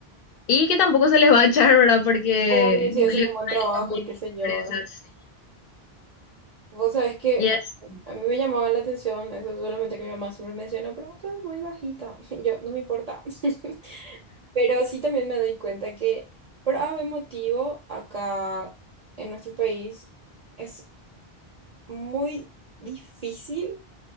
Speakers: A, on the left; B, on the right.
A: y que tampoco se les va a echar, ¿verdad? Porque
B: Obvio, si
A: no
B: hacen
A: les
B: un
A: gustan
B: buen trabajo
A: buenas
B: y qué sé yo.
A: empresas.
B: ¿verdad? Vos sabés que
A: Y es,
B: a a mí me llamaba la atención, eso solamente que mi mamá siempre menciona, pero vos sos muy bajita. <laughs> Y yo, no me importa. <laughs> Pero sí también me doy cuenta que por algún motivo acá en nuestro país es muy difícil.